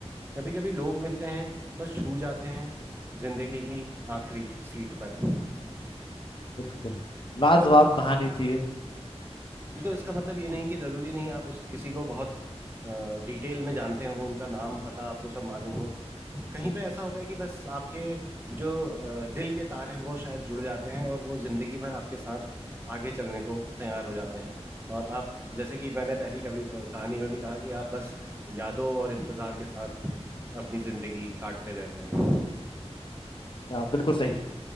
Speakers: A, on the right (about 20°); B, on the left (about 45°).
A: कभी कभी लोग मिलते हैं बस छू जाते हैं जिंदगी की आखिरी सीट पर
B: बिल्कुल लाजवाब
A: तो
B: कहानी थी ये
A: बिल्कुल इसका मतलब ये नहीं कि जरूरी नहीं आप इस किसी को बहुत डिटेल में जानते हो उनका नाम पता आपको सब मालूम हो कहीं पे ऐसा होता है कि बस आपके जो अ, दिल के तार हैं वो शायद जुड़ जाते हैं और वो जिंदगी भर आपके साथ आगे चलने को तैयार हो जाते हैं और आप जैसे कि मैंने पहली कवि अ, कहानी में भी कहा कि आप बस यादों और इंतजार के साथ अपनी जिंदगी काटते रहते हैं हम्म,
B: या, बिल्कुल सही